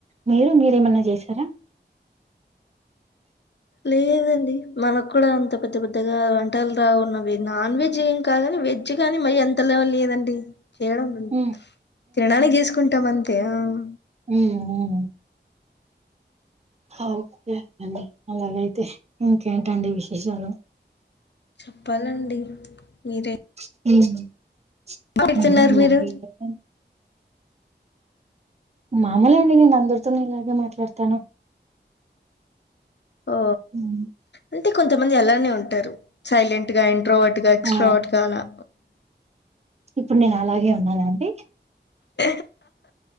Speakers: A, on the right; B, on the left.
A: మీరు, మీరేమన్నా చేసారా.
B: లేదండి. మనకు కూడా అంత పెద్ద పెద్దగా వంటలు రావున్నవి నాన్ వెజ్ ఏం కాగాని వెజ్ కాగానీ మ ఎంత ల. లేదండి చేయడం,
A: హ్మ్
B: తినడానికి చేసుకుంటాం అంతే అమ్.
A: ఉ ఉమ్. ఓకేండి, అలాగైతే, ఇంకేంటండి విశేషాలు.
B: చెప్పాలండి, మీరే.
A: <inaudible>
B: పెడుతున్నారు మీరు
A: మామూలు అండి, నేను అందరితోనీ, ఇలాగే మాట్లాడతాను.
B: ఓ
A: ఉమ్,
B: అంటే కొంతమంది, ఎలానే ఉంటారు, సైలెంట్ గా. ప్రోట్ గా ఎక్స్ట్
A: ఆ
B: గ అలా.
A: ఇప్పుడు నేను అలాగే ఉన్నానుండి.
B: <inaudible>